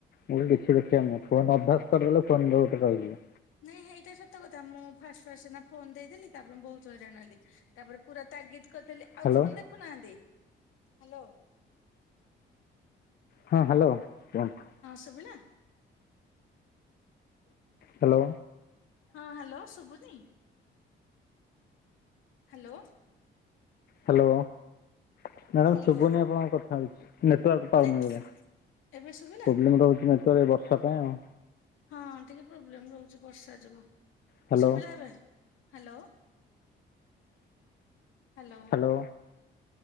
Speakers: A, on the left; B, on the left.
A: ମୁଁ ଦେଖି ଦେଖି ଆ ଫୋନ ଅଭ୍ୟାସ କରିଦେଲେ ଫୋନ ଗୋଟେ ରହଯିବ।
B: ନାଇଁ ସେଇଟା ସତ କଥା, ମୁଁ ଫାଷ୍ଟ ଫାଷ୍ଟ ସିନା ଫୋନ ଦେଇଦେଲି, ତାପରେ ମୁଁ ବହୁତ ହଇରାଣ ହେଲି ତାପରେ ପୁରା ତାଗିଦ ମୁଁ କହିଲି ଆଉ
A: ହ୍ୟାଲୋ
B: ଫୋନ ଦେଖୁନାହାନ୍ତି, ହାଲୋ
A: ହଁ ହାଲୋ କୁହନ୍ତୁ?
B: ଶୁଭିଲା
A: ହାଲୋ
B: ହଁ ହାଲୋ ଶୁଭୁଛି। Hello
A: hello, madam
B: hello.
A: ଶୁଭନି ଆପଣଙ୍କ କଥା କିଛି ନେଟୱାର୍କ ପାଉନି
B: ନାଇଁ
A: ବୋଧେ,
B: ଏବେ ଶୁଭିଲା
A: ପ୍ରୋବ୍ଲେମ୍ ରହୁଛି ନେଟୱାର୍କ ବର୍ଷା ପାଇଁ ଆଉ
B: ହଁ ଟିକେ ପ୍ରୋବ୍ଲେମ ରହୁଛି ବର୍ଷା ଯୋଗୁ
A: ହ୍ୟାଲୋ
B: ସୁବିିଲା ଏବେ ହାଲୋ ହାଲୋ
A: ହ୍ୟାଲୋ